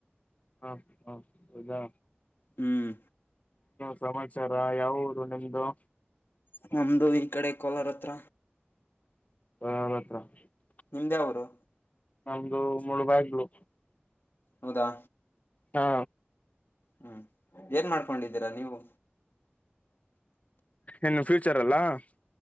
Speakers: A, on the left; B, on the left.
A: ಹಾ -ಹಾ - <unintelligible> ಹೌದಾ
B: ಹ್ಮ್
A: ಸಮಾಚಾರ ಯಾವ ರು ನಿಮ್ದು.
B: ನಮ್ದು ಈ ಕಡೆ ಕೋಲಾರ ಹತ್ರ.
A: ಹನ್ತ್ರ <unintelligible>
B: ನಿಮ್ದಾಯಾವರು.
A: ಒಮಂದು ಮೂಳೆ ಬಾಗಿಲು
B: ಹೌದಾ
A: ಹಾ
B: ಹ್ಮ್ -ಏನ್ ಮಾಡ್ಕೊಂಡಿದ್ದೀರಾ ನೀವು.
A: ಇನ್ನು ಫ್ಯೂಚರ್ ಅಲ್ಲ <unintelligible>